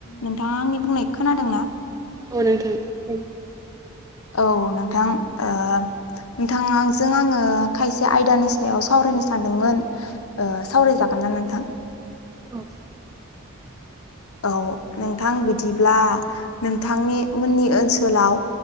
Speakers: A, on the left; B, on the right.
A: नोंथांङा आंनि बुंनाय खोनादों ना?
B: औ नोंथां खोनादों।
A: औ नोंथां ओ नोंथांङाजों आंङो खायसे आयदानि सायाव सावरायनो सानदोंमोन ओ सावरायजागोन ना नोंथां?
B: औ सावराय जागोन।
A: औ नोंथां बिदिब्ला नोंथांनि मोननि ओनसोलाव